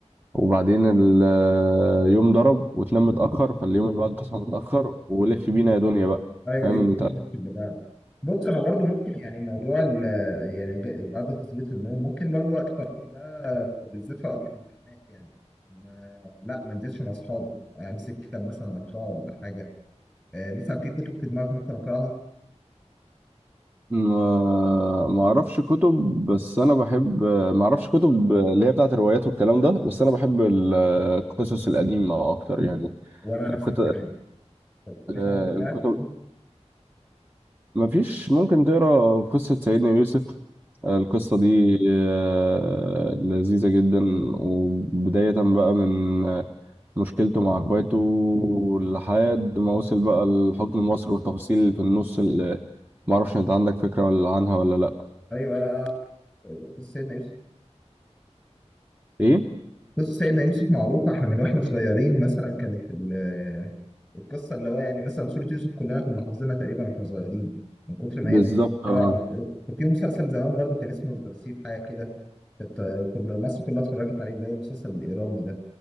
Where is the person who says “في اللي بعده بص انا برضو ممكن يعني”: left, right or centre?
Centre